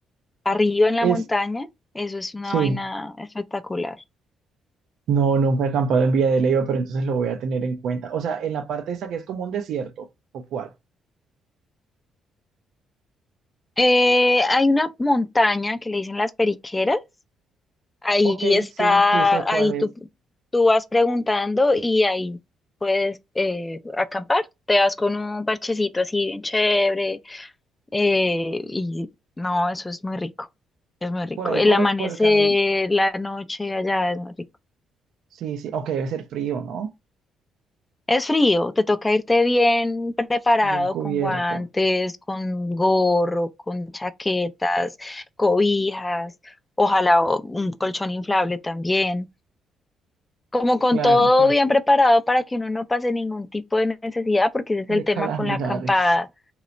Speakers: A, on the left (about 20°); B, on the right (about 70°).
A: arriba en la
B: Es,
A: montaña, eso es una
B: sí,
A: vaina espectacular.
B: no, nunca he acampado en Villa de Leyva, pero entonces lo voy a tener en cuenta. O sea, en la parte esa que es como un desierto, ¿o cuál?
A: Eh, hay una montaña que le dicen las Periqueras, Ahí
B: Ok,
A: está,
B: sí, sí sé cuál
A: ahí tú,
B: es.
A: tú vas preguntando y ahí puedes eh, acampar. Te vas con un parchecito así bien chévere eh, y no, eso es muy rico, es muy rico.
B: Por ahí,
A: El
B: por,
A: amanecer,
B: por el camino.
A: la noche allá es muy rico.
B: Sí, sí, ok, debe ser frío, ¿no?
A: Es frío, te toca irte bien preparado
B: Bien cubierto,
A: con guantes, con gorro, con chaquetas, cobijas, ojalá o- un colchón inflable también. como con
B: claro,
A: todo
B: claro,
A: bien preparado para que uno no pase ningún tipo de necesidad, porque ese es
B: de
A: el tema
B: calamidades.
A: con la acampada.